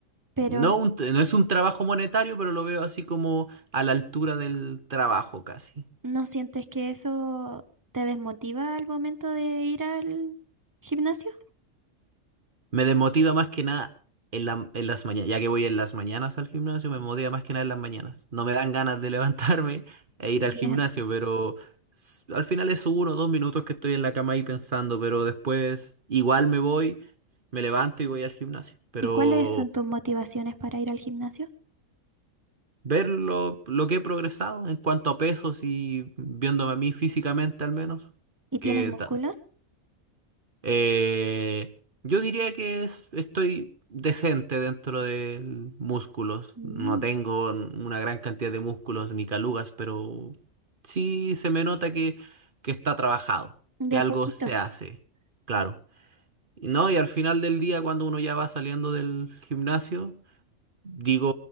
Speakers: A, on the right; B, on the right.
A: Pero
B: no,
A: n-
B: un- no es un trabajo monetario, pero lo veo así como a la altura del trabajo casi.
A: ¿no sientes que eso te desmotiva al momento de ir al gimnasio?
B: Me desmotiva más que nada en la- en las mañanas, ya que voy en las mañanas al gimnasio, me motiva más que nada en las mañanas. No me dan ganas de <laughs> levantarme e
A: Ya.
B: ir al gimnasio, pero s- al final es uno o dos minutos que estoy en la cama ahí pensando, pero después igual me voy, me levanto y voy al gimnasio. Pero
A: ¿Y cuáles son tus motivaciones para ir al gimnasio?
B: ver lo, lo que he progresado en cuanto a pesos y viéndome a mí físicamente al menos.
A: ¿Y tienes
B: que
A: músculos?
B: ta- Eh, yo diría que es- estoy decente dentro de músculos.
A: Mm.
B: No tengo una gran cantidad de músculos ni calugas, pero sí se me nota que, que está trabajado,
A: De
B: que algo
A: a poquito.
B: se hace, claro. Y No, y al final del día, cuando uno ya va saliendo del gimnasio, digo,